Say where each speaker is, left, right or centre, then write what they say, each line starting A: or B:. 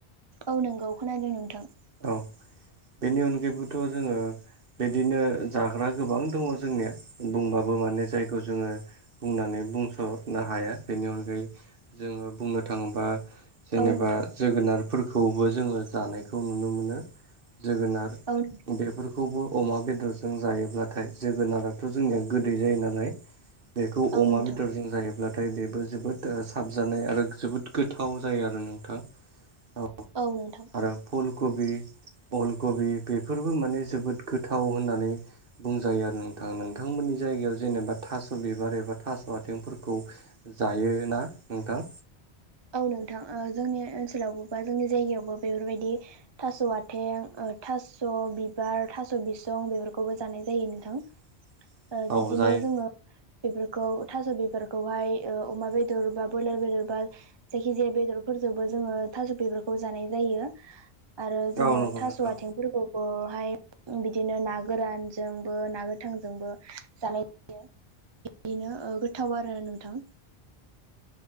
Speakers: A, on the right; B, on the right.
A: औ नोंगौ खोनादों नोंथां।
B: औ बेनि अनगायैबोथ' जोङो बिदिनो जाग्रा गोबां दङ जोंनिया बुंबाबो माने जायखौ जोङो बुंनानै बुंस' ना हाया बेनि अनगायै जोङो बुंनो थाङोबा जेनेबा
A: औ नोंथां
B: जोगोनारफोरखौबो जोङो जानायखौ नुनो मोनो जोगोनार
A: औ
B: बेफोरखौबो अमा बेदरजों जायोब्लाथाय जोगोनार बेथ' जोंनिया गोदै जायो नालाय बेखौ
A: औ
B: अमा
A: नोंथां
B: बेदरजों जायो। नाथाय बेबो जोबोद साबजानाय आरो जोबोद गोथाव जायो आरो नोंथाङा औ
A: औ नोंथां
B: फुल कबि अल कबि बेफोरबो माने जोबोद गोथाव होननानै बुंजायो आरो नोंथाङा नोंथांमोननि जायगायाव जेनेबा थास' बिबार एबा थास' आथिंफोर खौ जायोना नोंथां
A: औ नोंथां ओ जोंनि ओनसोलावबो बा जोंनि जायगायावबो बेफोरबायदि थास' आथें थास' बिबार थास' बिसं बेफोरखौबो जानाय जायो नोंथां
B: <inaudible>
A: ओ
B: औ
A: बिदिनो
B: जायो
A: जोङो बेफोरखौ थास' बिबारखौहाय ओ अमा बेदर बा ब्रयलार बेदर बा जायखि जाया बेदरफोरजोंबो जोङो थास' बेफोरखौ जानाय जायो। आरो जोङो
B: औ नंगौ
A: थास'
B: नोंथां
A: आइथिंफोरखौ बहाय बिदिनो ना गोरानजोंबो ना गोथांजोंबो जानाय जायो बिदिनो गोथाव आरो नोंथां